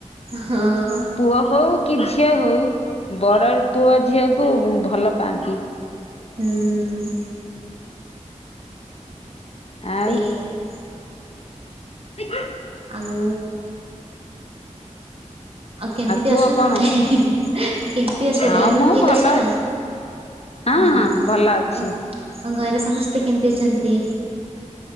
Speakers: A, on the right (about 50°); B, on the left (about 55°).
A: ହଁ ଅ
B: ପୁଅ ହଉ, କି ଝିଅ ହଉ, ବଡ଼ ପୁଅ ଝିଅକୁ ଭଲ ପାଆନ୍ତି।
A: ହୁଁ,
B: ଆଉ
A: ସେଇଆ ପା।
B: <unintelligible>
A: ଆଉ ଆଉ କେମିତି
B: କୁହ
A: ଅଛ ତମେ?
B: କଣ?
A: ହେ ହେ ହି କେମିତି ଆସିଚ୍,
B: ହଁ
A: ଦେହପା
B: ମୁଁ
A: ଠିକ୍
B: ଭଲ
A: ଅଛି ନା?
B: ହଁ
A: ଆଉ
B: ହଁ ଭଲ ଅଛି।
A: ଘରେ ସମସ୍ତେ କେମିତି ଅଛନ୍ତି?